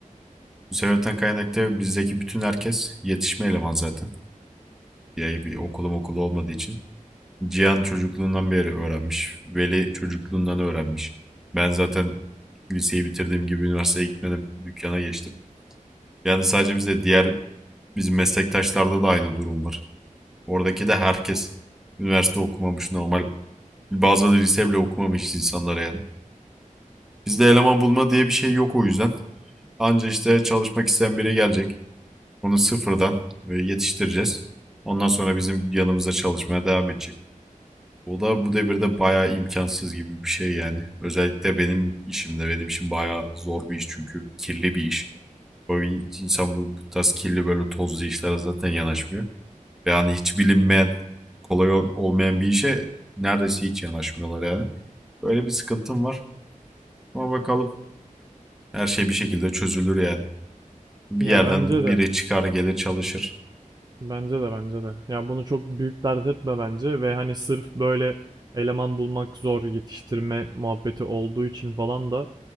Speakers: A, in the centre; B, on the right.
A: Bu sebepten kaynaklı bizdeki bütün herkes yetişme eleman zaten. Yani bir okulum okulu olmadığı için. Cihan çocukluğundan beri öğrenmiş. Veli çocukluğundan öğrenmiş. Ben zaten liseyi bitirdiğim gibi üniversiteye gitmedim. Dükkana geçtim. Yani sadece bize diğer bizim meslektaşlarda da aynı durum var. Oradaki de herkes üniversite okumamış normal. Bazıları lise bile okumamış insanlara yani. Bizde eleman bulma diye bir şey yok o yüzden. Anca işte çalışmak isteyen biri gelecek. Onu sıfırdan böyle yetiştireceğiz. Ondan sonra bizim yanımızda çalışmaya devam edecek. O da bu devirde bayağı imkansız gibi bir şey yani. Özellikle benim işimde. Benim işim bayağı zor bir iş çünkü kirli bir iş. O insan bu tarz kirli böyle tozlu işlere zaten yanaşmıyor. Ve hani hiç bilinmeyen, kolay olmayan bir işe neredeyse hiç yanaşmıyorlar yani. Böyle bir sıkıntım var. Ama bakalım Her şey bir şekilde çözülür yani. Bir
B: Ya
A: yerden
B: bence de
A: biri çıkar gelir çalışır.
B: Bence de bence de. Yani bunu çok büyük dert etme bence ve hani sırf böyle eleman bulmak zor yetiştirme muhabbeti olduğu için falan da